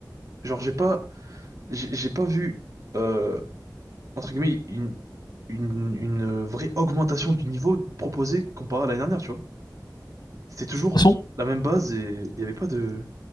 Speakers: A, on the right; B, on the left.
A: Genre, j'ai pas, j'ai j'ai pas vu, euh, entre guillemets, une, une, une vraie augmentation du niveau proposé comparé à l'année dernière, tu vois. C'était toujours
B: De toute façon,
A: la même base et il y avait pas de